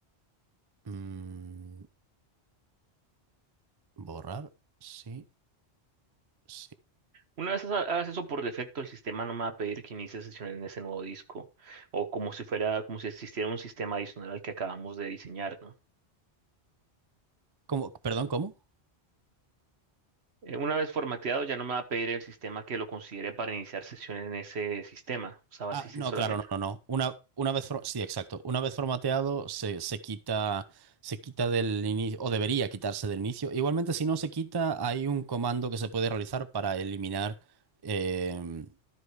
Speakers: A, on the right; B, on the right.
A: Mm, borrar, sí, sí.
B: Una vez ha- hagas eso por defecto, el sistema no me va a pedir que inicie sesión en ese nuevo disco o como si fuera, como si existiera un sistema adicional al que acabamos de diseñar, ¿no?
A: ¿Cómo? Perdón, ¿cómo?
B: Eh, Una vez formateado, ya no me va a pedir el sistema que lo considere para iniciar sesión en ese sistema. O sea, va a
A: Ah,
B: existir
A: no,
B: solamente,
A: claro, no, no, no. Una, una vez, for- sí, exacto. Una vez formateado se, se quita, se quita del inicio, o debería quitarse del inicio. Igualmente, si no se quita, hay un comando que se puede realizar para eliminar, eh,